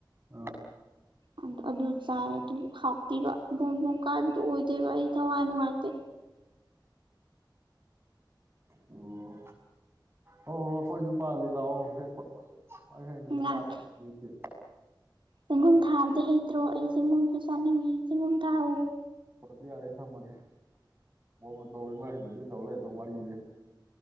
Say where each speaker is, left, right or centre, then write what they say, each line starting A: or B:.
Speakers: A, on the right; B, on the right.
A: ꯑꯥ
B: ꯑꯗꯨ ꯑꯗꯨ ꯆꯥꯏ ꯑꯗꯨ ꯍꯥꯎꯇꯤꯕ ꯕꯣꯝ ꯕꯣꯝ ꯀꯥꯏꯕꯗꯨ ꯑꯣꯏꯗꯦꯕ ꯑꯩ ꯊꯋꯥꯏ ꯅꯨꯡꯉꯥꯏꯇꯦ
A: ꯑꯣ ꯑꯣ ꯑꯩꯈꯣꯏꯖꯨ ꯄꯥꯜꯂꯤ ꯂꯥꯛꯑꯣ ꯍꯦꯛꯄ ꯑꯩ ꯍꯌꯦꯡ ꯅꯪ
B: ꯂꯥꯛꯀꯦ
A: ꯂꯥꯛꯄ ꯄꯨꯕꯤꯔꯛꯀꯦ
B: ꯆꯦꯡꯒꯨꯝ ꯊꯥꯕꯗꯤ ꯍꯩ ꯇ꯭ꯔꯣ ꯑꯩ ꯆꯦꯡꯒꯨꯝꯁꯨ ꯆꯥꯅꯤꯡꯉꯦ ꯆꯤꯡꯒꯨꯝ ꯊꯥꯍꯧꯋꯦ
A: ꯐꯣꯟꯖꯦ ꯌꯥꯔꯦ ꯑꯩ ꯊꯝꯃꯒꯦ <unintelligible> <unintelligible> ꯇꯧ ꯂꯩ ꯑꯗꯣ ꯋꯥꯔꯤꯖꯦ